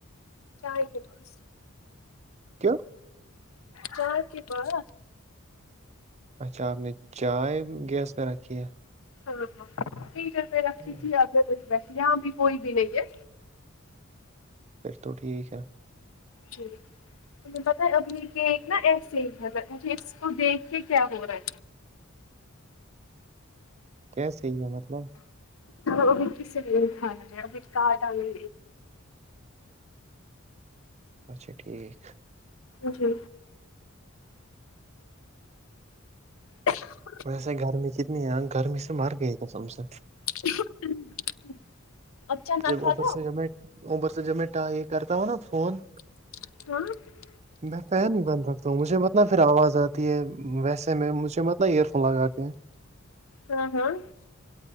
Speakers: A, on the left (about 75°); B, on the right (about 30°).
A: چاہے کے بس
B: کیوں
A: چر کی بس
B: اچھا آپ نے چائے گیس پہ رکھی ہے
A: ہاں ہاں پیٹر پہ
B: ہوں،
A: رکھھی تھی آگے وہ بیٹھھی یہاں بھی کوئی بھی نہیں ہے
B: پھر تو ٹھیک ہے
A: جی مجھے پت ابنی کے ایک نا ایکسج ہے مجھے اس کو دیکھ کے کیا ہو رہا ہے
B: کیسے ہی ہے مطلب
A: وہ کی س وہ کا آٹاے
B: اچھا ٹھیک
A: جی <unintelligible>
B: ویسے گرمی کتنی ہے گرمی سے مر گئی ک سم سے
A: <unintelligible> اب چنا
B: جب
A: کھاتا
B: اوپر سے جب میں اوپر سے جب میں یہ کرتا ہوں نا فون
A: <unintelligible>
B: میں پین ہی بند رکھتا ہوں مجھے مت ن پھر آواز آتی ہے ویسے میں مجھے مت ن ایئر فون لگا کے
A: ہاں ہاں